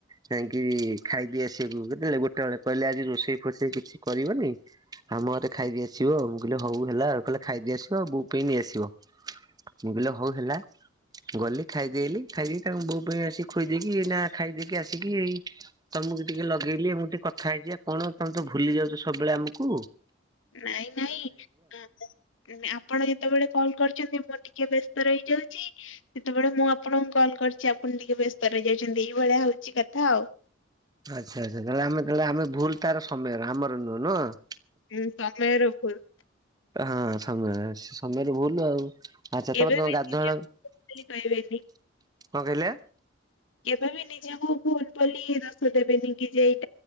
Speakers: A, on the right; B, on the left.
A: ଯାଇଁକି ଖାଇଦେଇ ଆସିବାକୁ କେତେବେଳେ ଗୋଟେ ବେଳେ କହିଲେ ଆଜି ରୋଷେଇ ଫୋଷେଇ କିଛି କରିବନି ଆମ ଘରେ ଖାଇଦେଇ ଆସିବ ମୁଁ କହିଲେ ହଉ ହେଲା ଆଉ କହିଲେ ଖାଇଦେଇ ଆସିବ ଆଉ ବୋଉ ପାଇଁ ନେଇ ଆସିବ। ମୁଁ କହିଲେ ହଉ ହେଲା ଗଲି ଖାଇଦେଲି ଖାଇଦେଇ ତାଙ୍କୁ ବୋଉ ପାଇଁ ଆସି ଖୋଇଦେଇକି ଏ- ନା ଖାଇଦେଇକି ଆସି କି ଏଇ ତମକୁ ଟିକେ ଲଗେଇଲି ମୁଁ ଟିକେ କଥା ହେଇଯିବା କଣ ତମେ ତ ଭୁଲି ଯାଉଚ ସବୁବେଳେ ଆମୁକୁ।
B: ନାଇଁ ନାଇଁ <unintelligible> ଆପଣ ଯେତେବେଳେ କଲ୍ କରିଚନ୍ତି ମୁଁ ଟିକେ ବ୍ୟସ୍ତ ରହିଯାଉଚି ଯେତେବେଳେ ମୁଁ ଆପଣଙ୍କୁ କଲ୍ କରିଚି ଆପଣ ଟିକେ ବ୍ୟସ୍ତ ରହି ଯାଇଚନ୍ତି ଏଇ ଭଳିଆ ହଉଚି କଥା ଆଉ।
A: ଆଚ୍ଛା ଆଚ୍ଛା ତାହେଲେ ଆମେ ତାହେଲେ ଆମେ ଭୁଲ୍ ତାର ସମୟର ଆମର ନୁହେଁ- ନୁହଁ।
B: ହୁଁ ସମୟର ଭୁଲ୍।
A: ହଁ ସମୟ- ସମୟର ଭୁଲ୍ ଆଉ। ଆଚ୍ଛା
B: କେବେ
A: ତମର ତମ
B: ବି
A: ଗାଧୁଆଳ-
B: ନିଜ
A: କଣ
B: ବୋଲି କହିବେନି।
A: କହିଲେ?
B: କେବେ ବି ନିଜକୁ ଭୁଲ୍ ବୋଲି ଦୋଷ ଦେବେନି କି ଯେ ଏ